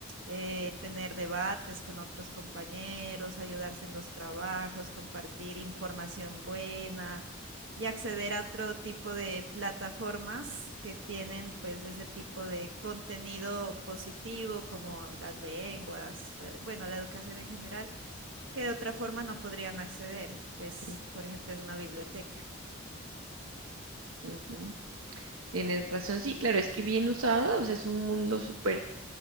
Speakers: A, on the right; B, on the right.
A: eh, tener debates con otros compañeros, ayudarse en los trabajos, compartir información buena y acceder a otro tipo de plataformas que tienen pues ese tipo de contenido positivo como las lenguas, la- bueno, la educación en general, que de otra forma no podrían acceder, pues,
B: Ujú.
A: por ejemplo, en una biblioteca.
B: ujú. Tienes razón, sí, claro, es que bien usada, o sea, es un mundo súper